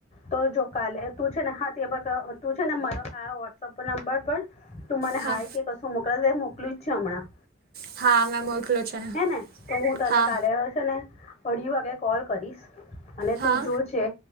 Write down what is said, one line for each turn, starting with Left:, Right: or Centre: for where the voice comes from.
Left: તો જો કાલે તું છે ને હા તેં બ ક તું છે ને મારો આ વોટ્સઅપ નંબર પર તું મને
Right: હા
Left: હાય કે કશું મોકલ્યો મોકલુ જ છે હમણાં?
Right: હા મેં મોકલું. છે
Left: હે ને? તો હું તને
Right: હા
Left: કાલે છેને અઢી વાગે કોલ કરીશ. અને
Right: હા
Left: તું જો છે,